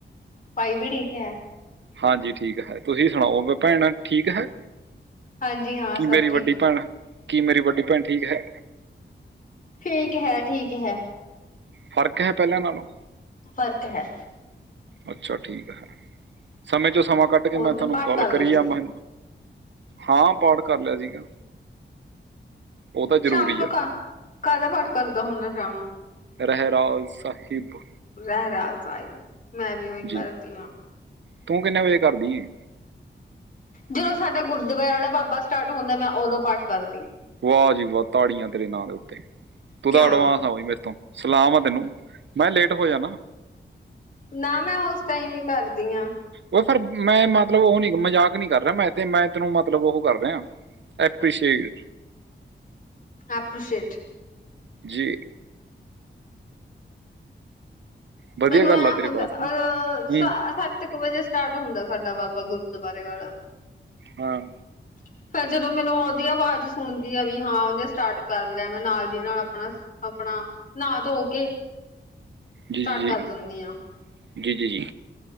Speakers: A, on the left; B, on the right.
A: ਭਾਈ ਵੀ ਠੀਕ ਹੈ।
B: ਹਾਂਜੀ ਠੀਕ ਹੈ, ਤੁਸੀਂ ਸੁਣਾਓ ਭੈਣ ਠੀਕ ਹੈ?
A: ਹਾਂਜੀ ਹਾਂ
B: ਕੀ
A: ਸਭ
B: ਮੇਰੀ
A: ਠੀਕ
B: ਵੱਡੀ
A: ਨੇ।
B: ਭੈਣ ਕੀ ਮੇਰੀ ਵੱਡੀ ਭੈਣ ਠੀਕ ਹੈ?
A: ਫੇਕ ਹੈ, ਠੀਕ ਹੈ।
B: ਫ਼ਰਕ ਹੈ ਪਹਿਲਾਂ ਨਾਲੋਂ?
A: ਫ਼ਰਕ ਹੈ।
B: ਅੱਛਾ ਠੀਕ ਹੈ, ਸਮੇ ਚੋਂ ਸਮਾਂ ਕੱਢ ਕੇ
A: ਹੋਰ
B: ਮੈਂ
A: ਫਿਰ
B: ਤੁਹਾਨੂੰ
A: ਪਾਠ
B: ਕੋਲ
A: ਕਰ
B: ਕਰੀ
A: ਲੈਂਦਾ ਸੀ।
B: ਆ, ਮੈਂ ਹਾਂ ਪਾਠ ਕਰ ਲਿਆ ਸੀਗਾ। ਉਹ ਤਾਂ ਜ਼ਰੂਰੀ
A: ਸ਼ਾਮ ਨੂੰ
B: ਆ
A: ਕ ਕਾਹਿਦਾ ਪਾਠ ਕਰਦਾ ਹੁੰਦਾ ਸ਼ਾਮ ਨੂੰ?
B: ਰਹਿਰਾਸ ਸਾਹਿਬ,
A: ਰਹਿਰਾਸ ਸਾਹਿਬ, ਮੈਂ ਵੀ ਉਹੀ
B: ਜੀ
A: ਕਰਦੀ ਹਾਂ।
B: ਤੂੰ ਕਿੰਨੇ ਵਜੇ ਕਰਦੀ ਏ?
A: ਜਦੋਂ ਸਾਡਾ ਗੁਰਦੁਆਰੇ ਵਾਲਾ ਬਾਬਾ ਸਟਾਰਟ ਹੁੰਦਾ, ਮੈਂ ਓਦੋਂ ਪਾਠ ਕਰਦੀ।
B: ਵਾਹ ਜੀ ਵਾਹ ਤਾੜੀਆਂ ਤੇਰੇ ਨਾਂ ਦੇ ਉੱਤੇ ਤੂੰ
A: ਕਿਉਂ
B: ਤਾਂ ਏਡਵਾਂਸ ਨਾ ਕੋਈ ਮੇ ਤੋਂ, ਸਲਾਮ ਆ ਤੈਨੂੰ, ਮੈਂ ਕਿਹਾ ਲੇਟ ਹੋ ਜਾ ਨਾ।
A: ਨਾ ਮੈਂ ਉਸ ਟਾਈਮ ਈ ਕਰਦੀ ਆਂ।
B: ਉਹ ਫਿਰ ਮੈਂ ਮਤਲਬ, ਉਹ ਨੀ ਮਜ਼ਾਕ ਨੀ ਕਰ ਰਿਹਾ, ਮੈਂ ਤੇ ਮੈਂ ਤੈਨੂੰ ਮਤਲਬ ਉਹ ਕਰ ਰਿਹਾ। ਏਪਰੀਸੀ਼ਏਟ
A: ਆਪੁਸੇਟ।
B: ਜੀ। ਵਧੀਆ
A: ਮੈਨੂੰ
B: ਗੱਲ
A: ਐ
B: ਆ
A: ਹੁੰਦਾ
B: ਤੇਰੇ ਵਾਸਤੇ
A: ਅ
B: ਹੂੰ
A: ਸੱਤ ਕੁ ਵਜੇ ਸਟਾਰਟ ਹੁੰਦਾ ਸਾਡਾ ਬਾਬਾ ਗੁਰਦੁਆਰੇ ਵਾਲਾ।
B: ਹਾਂ।
A: <unintelligible> ਫੇਰ ਜਦੋਂ ਮੈਨੂੰ ਉਹਦੀ ਆਵਾਜ਼ ਸੁਣਦੀ ਆ ਵੀ ਹਾਂ, ਉਹਨੇ ਸਟਾਰਟ ਕਰ ਲਿਆ, ਮੈਂ ਨਾਲ ਦੀ ਨਾਲ ਆਪਣਾ ਅਪਣਾ ਨਹਾ ਧੋ ਕੇ ਸਟਾਰਟ
B: ਜੀ-ਜੀ-ਜੀ-ਜੀ-ਜੀ-ਜੀ।
A: ਕਰ ਦਿੰਦੀ ਆ